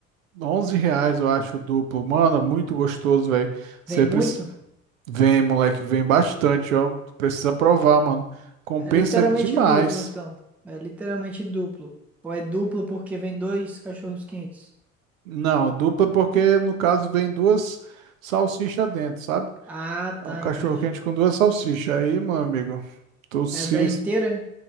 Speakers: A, on the right; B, in the centre.
A: onze reais, eu acho, o duplo. Mano, é muito gostoso, velho. Você
B: Vem muito?
A: precisa... Vem, moleque, vem bastante, ó. Tu Precisa provar, mano. Compensa
B: É literalmente
A: demais.
B: duplo então. É literalmente duplo. Ou é duplo porque vem dois cachorros quentes?
A: Não, dupla porque, no caso, vem duas salsichas dentro, sabe?
B: Ah, tá,
A: É um cachorro
B: entendi.
A: quente com duas salsichas. Aí, meu amigo, tu se...
B: É da inteira?